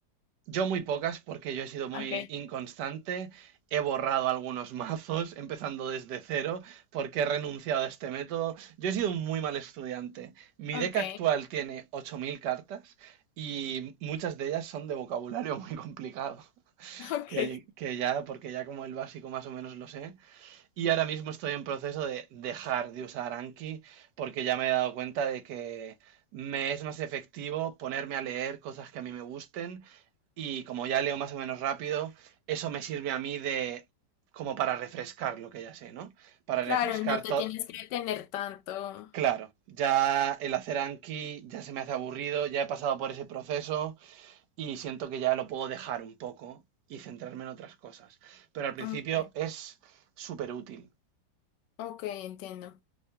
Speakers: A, on the right; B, on the left.
A: Yo muy pocas porque yo he sido muy
B: Ok,
A: inconstante, he borrado algunos <laughs> mazos empezando desde cero porque he renunciado a este método. Yo he sido un muy mal estudiante. Mi
B: ok,
A: deck actual tiene 8.000 cartas y muchas de ellas son de vocabulario muy complicado,
B: <laughs> ok.
A: que, que ya, porque ya como el básico más o menos lo sé, y ahora mismo estoy en proceso de dejar de usar Anki porque ya me he dado cuenta de que me es más efectivo ponerme a leer cosas que a mí me gusten y como ya leo más o menos rápido, eso me sirve a mí de como para refrescar lo que ya sé, ¿no? Para
B: Claro,
A: refrescar
B: y no te
A: todo.
B: tienes que detener tanto.
A: Claro, ya el hacer Anki ya se me hace aburrido, ya he pasado por ese proceso y siento que ya lo puedo dejar un poco y centrarme en otras cosas. Pero al principio
B: Okay,
A: es súper útil.
B: ok, entiendo.